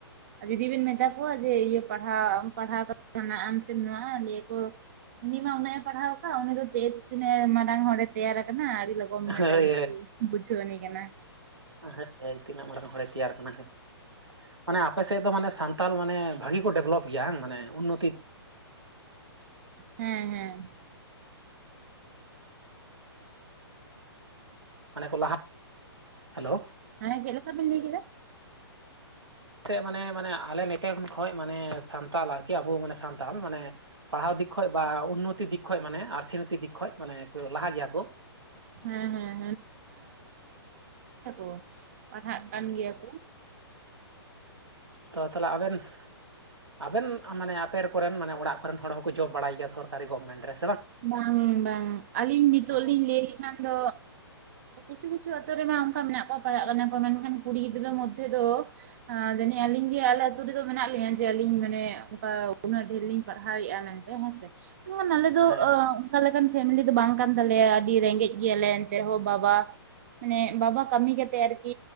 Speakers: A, on the right (about 35°); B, on the right (about 75°).
A: ᱡᱩᱫᱤ ᱵᱮᱱ ᱢᱮᱛᱟ ᱠᱚᱣᱟ ᱡᱮ ᱤᱭᱟᱹ ᱯᱟᱲᱦᱟᱣ ᱯᱟᱲᱦᱟᱣ ᱠᱟᱛᱮᱱᱟᱜ ᱥᱤᱢ ᱞ ᱠᱚ <unintelligible> ᱩᱱᱤ ᱢᱟ ᱚᱱᱟᱮ ᱯᱟᱲᱦᱟᱣ ᱟᱠᱟᱫ ᱩᱱᱤ ᱫᱚ ᱫ ᱛᱤᱱᱟᱹᱜ ᱢᱟᱨᱟᱝ ᱦᱚᱲᱮ ᱛᱮᱭᱟᱨ ᱟᱠᱟᱱᱟ ᱞᱚᱜ ᱢ
B: ᱦᱳᱭ
A: ᱛ ᱫᱚ ᱜᱩᱡᱚ ᱱ ᱠ <unintelligible>
B: ᱦᱮᱸ ᱦᱮᱸ ᱛᱤᱱᱟᱹᱜ ᱢᱟᱨᱟᱝ ᱦᱚᱲᱮ ᱛᱮᱭᱟᱨ ᱠᱟᱱᱟ ᱦᱮᱸ ᱢᱟᱱᱮ ᱟᱯᱮ ᱥᱮᱫ ᱫᱚ ᱢᱟᱱᱮ ᱥᱟᱱᱛᱟᱞ ᱢᱟᱱᱮ ᱵᱷᱟᱹᱜᱤ ᱠᱚ ᱰᱮᱵᱷᱞᱚᱯ ᱜᱮᱭᱟ ᱵᱟᱝ ᱢᱟᱱᱮ ᱩᱱᱱᱚᱛᱤ
A: ᱦᱮᱸ ᱦᱮᱸ
B: ᱢᱟᱱᱮ ᱠᱚ ᱦᱮᱞᱳ
A: ᱦᱮᱸ ᱪᱤᱞᱠᱟ ᱵᱤᱱ ᱞᱟᱹᱭ ᱠᱮᱫᱟ
B: ᱪᱮᱫ ᱢᱟᱱᱮ ᱢᱟᱱᱮ ᱟᱞᱮ ᱱᱤᱛᱚᱝ ᱠᱷᱚᱱ ᱢᱟᱱᱮ ᱥᱟᱱᱛᱟᱞ ᱟᱨᱠᱤ ᱟᱵᱚ ᱢᱟᱱᱮ ᱥᱟᱱᱛᱟᱲ ᱢᱟᱱᱮ ᱯᱟᱲᱦᱟᱣ ᱠᱷᱚᱡ ᱵᱟ ᱩᱱᱱᱚᱛᱤ ᱫᱤᱠ ᱠᱷᱚᱡ ᱢᱟᱱᱮ ᱟᱨᱛᱷᱤᱠᱱᱚᱭᱛᱤᱠ ᱫᱤᱠ ᱠᱷᱚᱡ ᱢᱟᱱᱮ ᱞᱟᱦᱟ ᱜᱮᱭᱟ ᱠᱚ
A: ᱦᱮᱸ ᱦᱮᱸ ᱚ ᱯᱟᱲᱦᱟᱜ ᱠᱟᱱ
B: ᱟᱪᱪᱷᱟ
A: ᱜᱮᱭᱟ ᱠᱚ
B: ᱛᱚ ᱛᱟᱦᱞᱮ ᱟᱵᱮᱱ ᱼᱼ ᱟᱵᱮᱱ ᱢᱟᱱᱮ ᱟᱯᱮ ᱠᱚᱨᱮᱱ ᱢᱟᱱᱮ ᱚᱲᱟᱜ ᱠᱚᱨᱮᱱ ᱦᱚᱲ ᱦᱚᱸᱠᱚ ᱡᱚᱵ ᱵᱟᱲᱟᱭ ᱜᱮᱭᱟ ᱥᱚᱨᱠᱟᱨᱤ ᱜᱚᱵᱷᱢᱮᱱᱴ ᱨᱮ
A: ᱵᱟᱝ ᱵᱟᱝ ᱟᱹᱞᱤᱧ ᱱᱤᱛᱳᱜ
B: ᱚ
A: ᱞᱤᱧ ᱞᱟᱹᱭ ᱞᱮᱠᱷᱟᱱ ᱫᱚ ᱠᱤᱪᱷᱩ ᱠᱤᱪᱷᱩ ᱟᱛᱳ ᱨᱮᱢᱟ ᱚᱱᱠᱟ ᱢᱮᱱᱟᱜ ᱠᱚᱣᱟ ᱯᱟᱲᱟᱜ ᱠᱟᱱᱟ ᱠᱚ ᱢᱮᱱᱠᱷᱟᱱ ᱠᱩᱲᱤ ᱜᱤᱫᱽᱨᱟᱹ ᱢᱚᱫᱽᱫᱷᱮ ᱫᱚ ᱡᱟᱹᱱᱤᱡ ᱟᱹᱞᱤᱧ ᱜᱮ ᱟᱞᱮ ᱟᱹᱛᱩ ᱨᱮᱫᱚ ᱢᱮᱱᱟᱜ ᱞᱤᱧᱟᱹ ᱡᱮ ᱟᱞᱤᱧ ᱢᱟᱱᱮ ᱚᱱᱠᱟ ᱩᱱᱟᱹᱜ ᱰᱷᱮᱨ ᱞᱤᱧ ᱯᱟᱲᱦᱟᱣᱮᱫᱼᱟ ᱢᱮᱱᱛᱮ ᱦᱮᱸᱥᱮ <unintelligible> ᱟᱞᱮ ᱫᱚ
B: ᱦᱳᱭ
A: ᱟᱸ ᱚᱱᱠᱟ ᱞᱮᱠᱟᱱ ᱯᱷᱮᱢᱮᱞᱤ ᱫᱚ ᱵᱟᱝ ᱠᱟᱱ ᱛᱟᱞᱮᱭᱟ ᱟᱹᱰᱤ ᱨᱮᱸᱜᱮᱡ ᱜᱮᱭᱟᱞᱮ ᱮᱱᱛᱮ ᱨᱮ ᱦᱳ ᱵᱟᱵᱟ ᱼᱼ ᱢᱟᱱᱮ ᱵᱟᱵᱟ ᱠᱟᱹᱢᱤ ᱠᱟᱛᱮᱜ ᱟᱨᱠᱤ